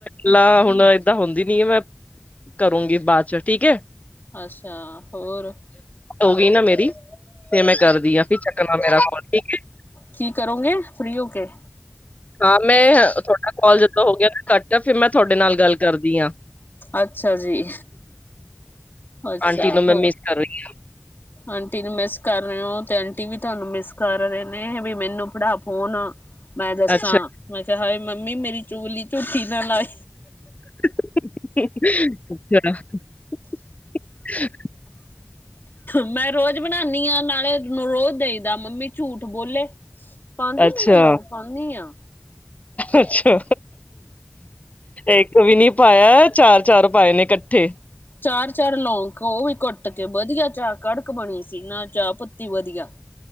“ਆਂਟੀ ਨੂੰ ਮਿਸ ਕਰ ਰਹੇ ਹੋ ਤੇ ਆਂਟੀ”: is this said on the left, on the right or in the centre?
Left